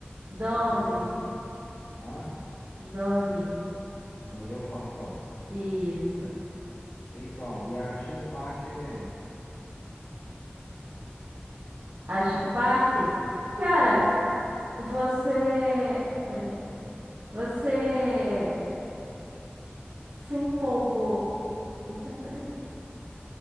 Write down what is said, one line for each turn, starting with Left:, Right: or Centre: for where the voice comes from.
Right: Donnie,
Left: é o fofo. Ah,
Right: Donnie,
Left: Don Li é o fortão.
Right: isso.
Left: Então, e a Shun Park é quem?
Right: Acha um parque? Cara, você. Peraí. Você se empolgou. Eita, peraí.